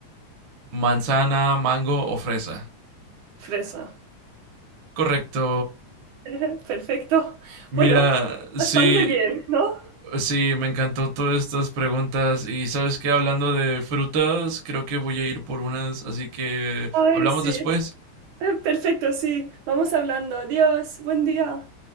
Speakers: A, on the right (about 55°); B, on the right (about 75°).
A: ¿Manzana, mango o fresa?
B: Fresa.
A: Correcto.
B: <laughs> Perfecto.
A: Mira,
B: Bueno, bastante
A: sí.
B: bien, ¿no?
A: Sí, me encantó todas estas preguntas y sabes que hablando de frutas, creo que voy a ir por unas, así que
B: Ay,
A: hablamos
B: sí.
A: después.
B: <laughs> Eh, Perfecto, sí. Vamos hablando. Adiós. Buen día.